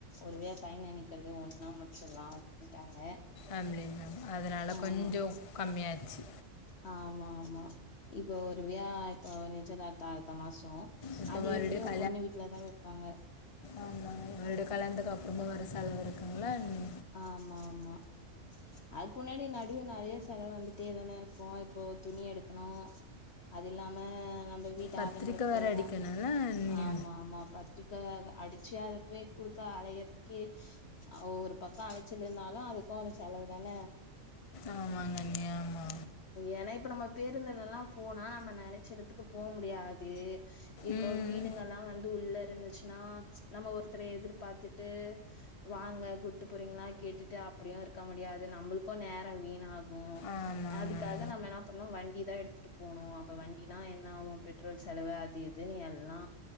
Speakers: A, on the left; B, on the left.
A: ஒருவேய கை நனைக்கற்து ஒண்னா முடிச்சில்லா அப்டின்ட்டாங்க
B: அப்டின்னாங்க அதனால கொஞ்சோ
A: ஆமா
B: கம்மியாச்சு
A: ஆமா ஆமா இப்போ ஒரு வியா இப்ப நிச்சயதார்த்தோ அடுத்த மாசோ
B: இப்போ
A: அது
B: மறுபடியும்
A: எப்டியு பொண்ணு வீட்லதா வைப்பாங்க
B: ஆமா ரெடு கல்யாணத்துக்கு அப்றமு வேர செலவு இருக்குங்ல்ல அண்ணி
A: ஆமா ஆமா அதுக்முன்னாடி நடுவ நறைய செலவு வந்துட்டேதான இருக்கு இப்போ துணி எடுக்கணு அது இல்லாம நம்ம வீட்டு
B: பத்திரிக்கை
A: ஆளுங்களுக்குல்ல
B: வேறு அடிக்கணும்ல அண்ணி
A: ஆமா ஆமா பத் ரிக்க அக அடிச்சி அதப்போய் குடுக்க அலையற்துக்கே ஓர் பக்கோ அலச்சலுன்னாலோ அதுக்கு ஒரு செலவு தான
B: ஆமாங்கண்ணி ஆமா
A: ஏனா இப்ப நம்ம பேருந்துலலா போனா நம்ம நெனச்ச எடத்துக்கு போ முடியாது இப்ப
B: ம்
A: வீடுங்கல்லா வந்து உள்ள இருந்துச் னா நம்ம ஒருத்தர எதிர்பார்த்துட்டு வாங்க கூட் டு போறீங்ளா கேட்டுட்டு அப்டியு இருக்க முடியாது நம்பளுக்கு நேரோ வீணாகு
B: ஆமாங்க
A: அதுக்கா
B: அண்ணி
A: கு நம்ம என்ன பண்ணு வண்டி தா எடுத்துட்டு போனு அப்ப வண்டின்ன என்ன ஆகு பெட்ரோல் செலவு அது இ துனு எல்லா